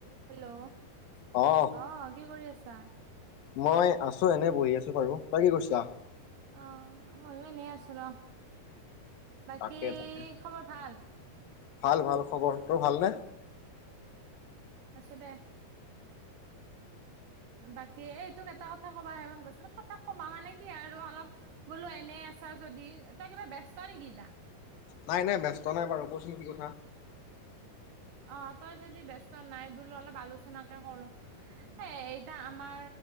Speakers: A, on the right; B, on the left.
A: Hello
B: অ
A: আহ কি কৰি আছা।
B: মই আছো এনে বহি আছো বাৰু। তই কি কৰিছা?
A: অ মইয়ো এনেই আছো ৰ। বাকী
B: তাকে তাকে
A: খবৰ ভাল
B: ভাল ভাল খবৰ তোৰ ভালনে?
A: আছো দে। বাকী এইটোক এটা কথা কবাহে মন গৈছে কথা কবা মানে কি আৰু অলপ বোলো এনে আছা। যদি এই কিবা ব্যস্ত নেকি এটা
B: নাই নাই ব্যস্ত নাই বাৰু কচোন কি কথা।
A: অ তই যদি ব্যস্ত নাই বোলো অলপ আলোচনাকে কৰো। এতিয়া আমাৰ